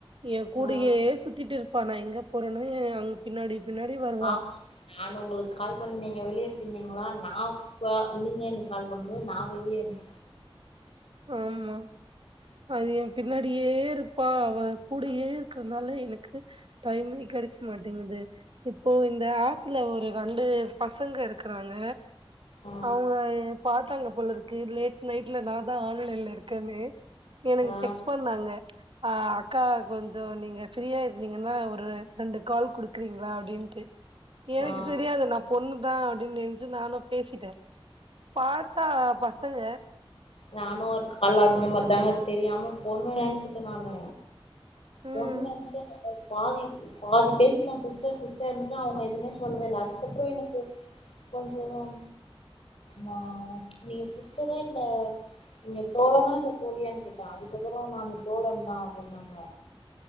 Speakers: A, on the right; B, on the left.
A: என் கூடயே
B: ஆ
A: சுத்திட்டு இருப்பா நான் எங்கே போறனோ ஏன் பின்னாடி பின்னாடி வருவா
B: ஆமா நான் உங்களுக்கு கால் பண்ணீங்க நீங்க வெளிய இருக்கேன்னீங்ளா நான் ப்பா நீங்க எனக்கு கால் பண்ணும்போது நான் வெளியே இருந்
A: ஆம்மா அது என் பின்னாடியே இரு ப்பா அவ கூடயே இருக்கறனால எனக்கு டைம்மே கெடைக்க மாட்டேங்குது இப்போ இந்த ஆப்ல ஒரு ரெண்டு பசங்க இருக்கறாங்க
B: ஆ
A: அவங்க பாத்தாங்க போல இருக்கு லேட் நைட்ல நா தான் ஆன்லைன்ல இருக்கன்னு எனக்கு
B: ஆ
A: டெக்ஸ் பண்ணாங்க ஆ அக்கா கொஞ் கொஞ்ஜோம் நீங்க ஃப்ரீயா இருந்தீங்கன்னா ஒரு ரெண்டு கால் குடுக்குறீங்ளா அப்டின்ட்டு எனக்கு
B: ஆ
A: தெரியாது நா பொண்ணு தா அப்டின்னு நெனச்சு நானும் பேசிட்டேன் பாத்தா பசங்க
B: நானும் ஒரு கால் அந்த மாரி தாங்க தெரியாம பொண்ணு நெனச்சிட்டே நானு
A: ம்,
B: பொண் நெனச்சா நல்லது பாதி பாதி பேசிட்டேன் சிஸ்டர் சிஸ்டர்னு அவங்க எதுமே சொல்லவே இல்ல அதுக்கப்பறம் எனக்கு கொஞ்சம் நா நீங்க சிஸ்டரா இல்ல நீங்க தோழனா இல்ல தோழியான் கேட்டன் அதுக்கப்பறம் நானு தோழன் தான் அப்டின்னாங்க